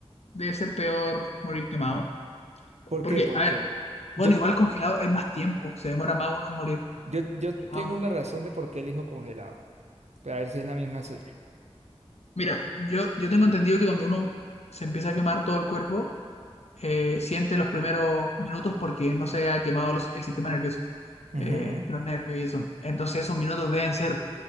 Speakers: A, on the left; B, on the right.
A: Debe ser peor morir quemado.
B: ¿Por
A: Porque,
B: qué? ¿Por
A: a
B: qué?
A: ver,
B: Yo,
A: bueno, igual congelado es más tiempo, se demora más uno en morir
B: yo, yo
A: quemado.
B: tengo una razón de por qué elijo congelado. A ver si es la misma suya.
A: Mira, yo, yo tengo entendido que cuando uno se empieza a quemar todo el cuerpo, eh, siente los primeros minutos porque no se ha quemado los- el sistema nervioso,
B: Ujú.
A: eh, los nervios y eso. Entonces esos minutos deben ser